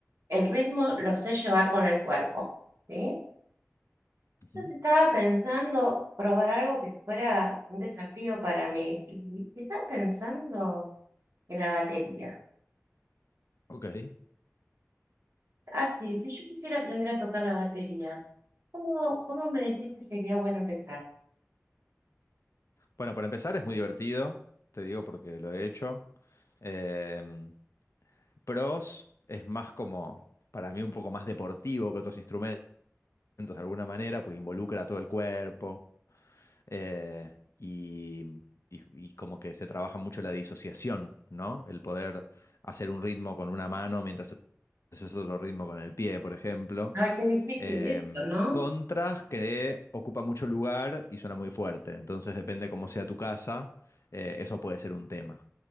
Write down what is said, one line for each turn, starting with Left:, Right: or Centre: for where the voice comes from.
Right: el ritmo, lo sé llevar con el cuerpo, ¿sí?
Left: Ujú,
Right: Yo sí estaba pensando probar algo que fuera un desafío para mí y y estaba pensando en la batería.
Left: Ok.
Right: Ah, sí, si yo quisiera aprender a tocar la batería, ¿cómo, cómo me decís que sería bueno empezar?
Left: Bueno, para empezar es muy divertido, te digo porque lo he hecho. Em, Pros es más como, para mí, un poco más deportivo que otros instrumentos de alguna manera, porque involucra a todo el cuerpo eh, y, y- y como que se trabaja mucho la disociación, ¿no? El poder hacer un ritmo con una mano mientras haces otro ritmo con el pie, por ejemplo.
Right: Ay, qué difícil
Left: Em,
Right: esto, ¿no?
Left: contras que ocupa mucho lugar y suena muy fuerte, entonces depende cómo sea tu casa, eh, eso puede ser un tema.